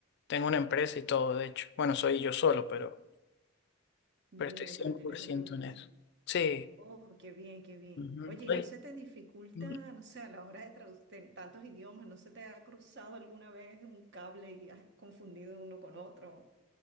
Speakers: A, on the left; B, on the right.
A: Tengo una empresa y todo, de hecho. Bueno, soy yo solo, pero,
B: bien,
A: pero estoy cien
B: pero tienes
A: por ciento
B: una empresa.
A: en eso. Sí.
B: Oh, qué bien, qué bien.
A: Ujú.
B: Oye, ¿y
A: Ay,
B: no se te dificulta,
A: mm,
B: no sé, a la hora de traducir tantos idiomas, no se te ha cruzado alguna vez un cable y has confundido uno con otro?